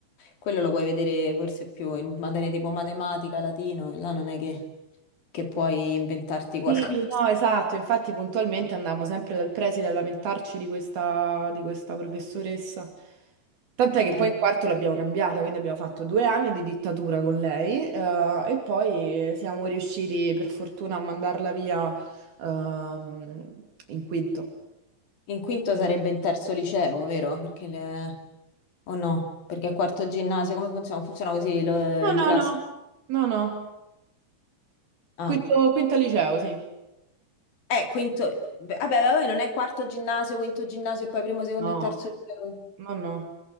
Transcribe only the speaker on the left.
Quello lo puoi vedere forse più in materie tipo matematica, latino, e là non è che, che puoi inventarti qualcosa.
<laughs>
Eh.
In quinto sarebbe in terzo liceo, vero? Perché le... O no? Perché a quarto ginnasio come funziona? Funziona così lo-
il
classico?
Ah,
eh, quinto... beh, Vabbè, vabbè, non è quarto ginnasio, quinto ginnasio e poi primo, secondo
e terzo liceo.